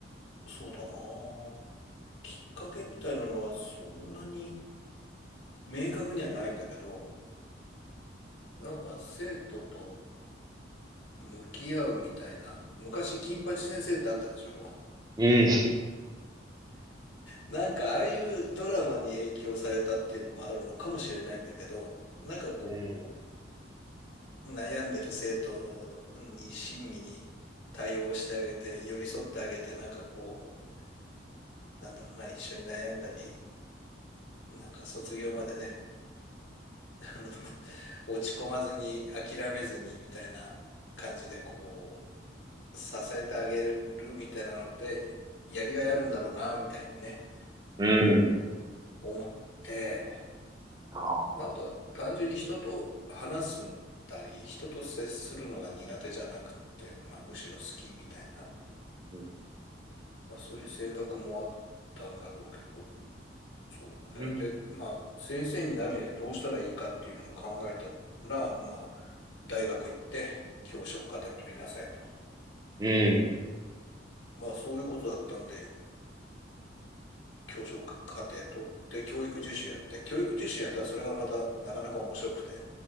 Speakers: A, on the left; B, on the right.
A: そうだな。きっかけみたいなのはそんなに明確にはないんだけど、なんか生徒と向き合うみたいな。昔、金八先生ってあったでしょ。
B: うん。
A: なんかああいうドラマに影響されたっていうのもあるのかもしれないんだけど、なんかこう、
B: うん。
A: 悩んでる生徒に親身に対応してあげて、寄り添ってあげて、なんかこう、なんだろうな、一緒に悩んだり、なんか卒業までね、あの、<laughs> 落ち込まずに、諦めずに、みたいな感じで、こう、支えてあげるみたいなのって、やりがいあるんだろうな、みたいにね、
B: うん。
A: 思って、
B: ああ。
A: まあ、あとは単純に人と話すんだり、人と接するのが苦手じゃなくて、まあ、むしろ好きみたいな。
B: うん。
A: まあ、そういう性格もあったんだろうけど、そうだね。
B: うん。
A: で、まあ、先生になるにはどうしたらいいかっていうのを考えたら、まあ、大学行って教職課程を取りなさいと。
B: うん
A: まあ、そういうことだったんで、教職課程取って教育実習やって、教育実習やったらそれがまたなかなか面白くて、